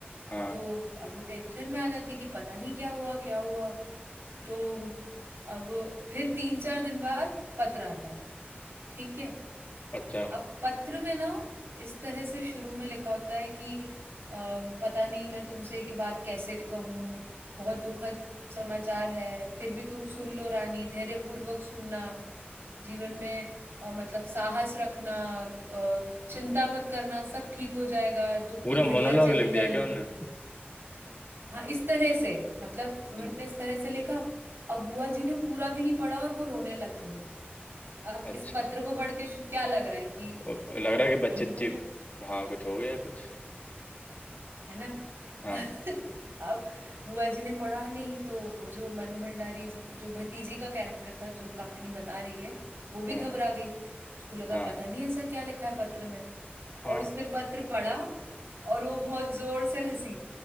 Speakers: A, on the left; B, on the right.
A: हाँ
B: तो अब वो टेंशन में आ जाती कि पता नहीं क्या हुआ क्या हुआ तो अब फिर तीन चार दिन बाद पत्र आता है ठीक है
A: अच्छा
B: अब पत्र में ना इस तरह से शुरू में लिखा होता है कि अ, पता नहीं मैं तुमसे ये बात कैसे कहूं बहुत दुखद समाचार है फिर भी तुम सुन लो रानी धैर्यपूर्वक सुनना जीवन में अ, मतलब साहस रखना अ, चिंता मत करना सब ठीक हो जाएगा दुख
A: पूरा
B: की घड़ियां
A: मोनोलॉग
B: चली
A: लिख
B: जाएंगी
A: दिया क्या उनने
B: हाँ इस तरह से मतलब उन्होंने
A: ल-
B: इस तरह से लिखा अब बुआ जी ने पूरा भी नहीं पढ़ा और वो रोने लग गई अब
A: अच्छा
B: इस पत्र को पढ़ के शु- क्या लग रहा है कि
A: ओ- ओ, लग रहा है कि बच्चे
B: अन्नू
A: चिप
B: को
A: हाँ कुछ हो गया कुछ
B: है ना
A: हाँ
B: <laughs> अब बुआ जी ने पढ़ा नहीं तो वो जो मनु भंडारी जो भतीजी का कैरेक्टर था जो कहानी बता रही है वो भी
A: हाँ
B: घबरा गई उसको लगा
A: हाँ
B: पता नहीं ऐसा क्या लिखा है पत्र में
A: हाँ
B: और उसने पत्र पढ़ा और वो बहुत जोर से हंसी